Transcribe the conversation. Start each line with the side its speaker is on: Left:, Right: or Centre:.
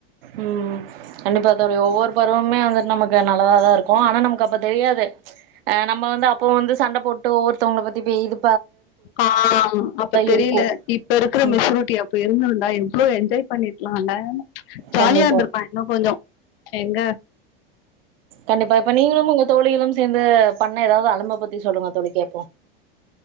Right: ம் ம் கண்டிப்பா தோழி ஒவ்வொரு பருவமே வந்துட் நமக்கு நல்லதா தா இருக்கு ஆனா நமக்கு அப்ப தெரியாது ஆ நம்ம வந்து அப்போ வந்து சண்ட போட்டோ ஒவ்வொருத்தவங்கள பத்தி பே இது
Left: ஆ அப்ப தெரியல
Right: இருக்கு
Left: இப்ப இருக்கிற
Right: ம்
Left: மெச்சூரிட்டி அப்ப இருந்துருந்தா எவ்ளோ என்ஜாய் பண்ணிருக் லால ஜாலியா
Right: கண்டிப்பா
Left: இருந்திருப்ப இன்னு கொஞ்சோ எங்க
Right: கண்டிப்பா இப்ப நீங்களும் உங்க தோழிகளும் சேந்து பண்ண எதாவது அலம்ப பத்தி சொல்லுங்க தோழி கேப்போ